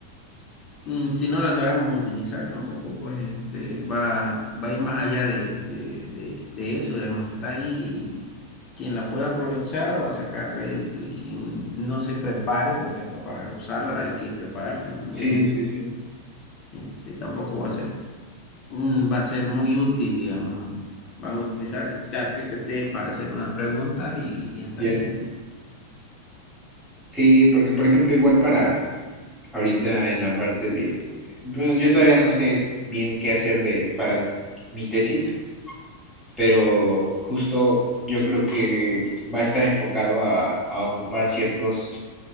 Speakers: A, on the left; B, in the centre.
A: Mm, Si no la sabemos utilizar, tampoco pues este va, va a ir más allá de, de, de, de eso, digamos, está ahí y quien la pueda aprovechar va a sacar rédito y quien no se prepare, porque hasta para usarla hay que prepararse, ¿no?
B: Sí,
A: Obviamente,
B: sí, sí,
A: este tampoco va a ser, mm, va a ser muy útil, digamos. Van a utilizar ChatGPT para hacer unas preguntas y, y hasta
B: ya.
A: ahí,
B: Sí, porque por ejemplo, igual para ahorita en la parte de... Bueno, yo todavía no sé bien qué hacer de, para mi tesis, pero justo yo creo que va a estar enfocado a, a ocupar ciertos,